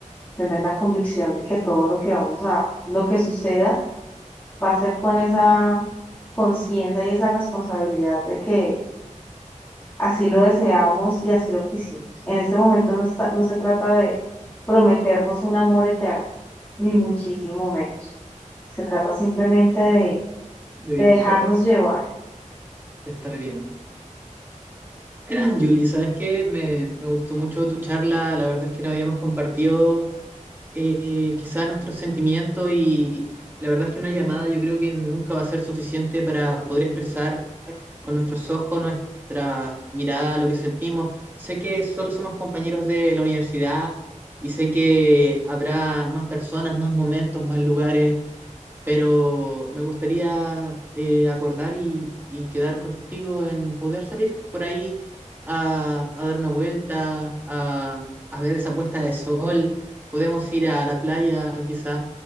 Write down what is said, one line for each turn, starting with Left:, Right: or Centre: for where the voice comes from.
Left: tener la convicción de que todo lo que vamos a, lo que suceda va a ser con esa conciencia y esa responsabilidad de que así lo deseamos y así lo quisimos. En este momento no está- no se trata de prometernos un amor eterno, ni muchísimo menos. Se trata simplemente de,
Right: de disfrutar,
Left: de dejarnos llevar
Right: de estar bien. <clears throat> Julie, sabes que me, me gustó mucho tu charla. La verdad es que no habíamos compartido eh, quizás nuestros sentimientos y la verdad es que una llamada yo creo que nunca va a ser suficiente para poder expresar con nuestros ojos, nuestra mirada, lo que sentimos. Sé que solo somos compañeros de la universidad y sé que habrá más personas, más momentos, más lugares pero me gustaría eh, acordar y, y quedar contigo en poder salir por ahí a, a dar una vuelta, a, a ver esa puesta de sol. Podemos ir a la playa quizá.